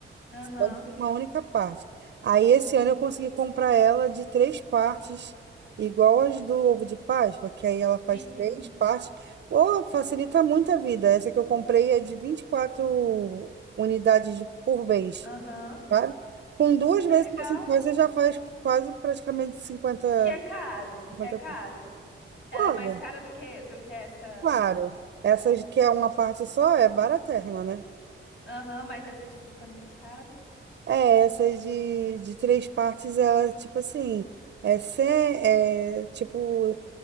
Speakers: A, on the left; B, on the right.
A: Aham,
B: Pode ser uma única parte. Aí esse ano eu consegui comprar ela de três partes, igual as do ovo de Páscoa, que aí ela faz
A: entendi.
B: três partes. Oh, facilita muito a vida. Essa que eu comprei é de 24 unidades de- por vez,
A: Aham.
B: sabe? Com duas
A: Que
B: vezes
A: legal.
B: que você faz, você já faz quase praticamente 50.
A: E é caro,
B: 50...
A: é caro. Ela
B: Olha,
A: é mais cara do que do que essa.
B: claro. Essas que é uma parte só é baratérrima, né?
A: Aham, mas essa de silicone é muito caro.
B: É, essas de, de três partes, ela, tipo assim, é, cem, é tipo